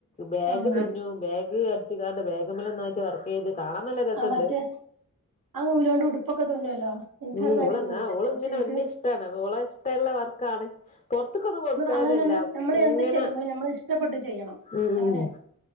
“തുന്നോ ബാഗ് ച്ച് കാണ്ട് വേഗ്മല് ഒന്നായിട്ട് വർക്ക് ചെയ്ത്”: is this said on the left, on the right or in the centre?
Left